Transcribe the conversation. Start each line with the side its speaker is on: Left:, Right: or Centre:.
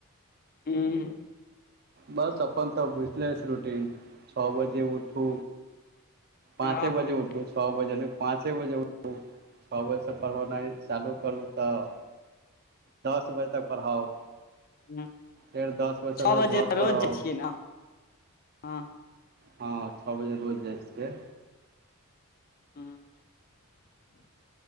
Left: ह
Right: बस अपन तऽ बुझले अछि रूटीन छओ बजे उठू पाँचे
Left: हँ हँ
Right: बजे उठू छ बजे पाँचे बजे उठू छओ बजेसँ पढ़ेनाइ चालू करू तऽ दस बजे तक पढ़ाउ
Left: ह
Right: फेर दस बजेसँ
Left: छओ
Right: फेर
Left: बजे
Right: घरपर
Left: तऽ रोज
Right: आउ
Left: जे छियै ने हँ
Right: हँ छओ बजे रोज जाइ छियै
Left: ह